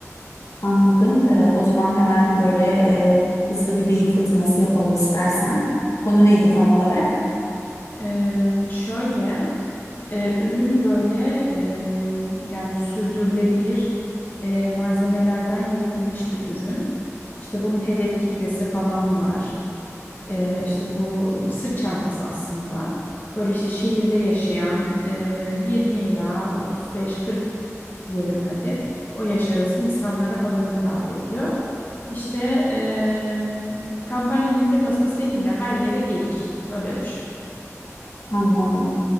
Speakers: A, on the left; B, on the left.
A: Anladım. Ee, o zaman hemen böyle e, hızlı bir beyin fırtınası yapalım istersen. Konu neydi tam olarak?
B: Ee, şöyle e, ürün böyle e, yani sürdürülebilir e, malzemelerden yapılmış bir ürün. İşte bunun hedef kitlesi falan var. Ee, işte bu sırt çantası aslında. Böyle işte şehirde yaşayan e, 20 ila 35-40 diyelim hadi. O yaş arası insanlara falan hitap ediyor. İşte e, kampanyanın teması da seninle her yere gelir. Öyle düşün.
A: Anladım.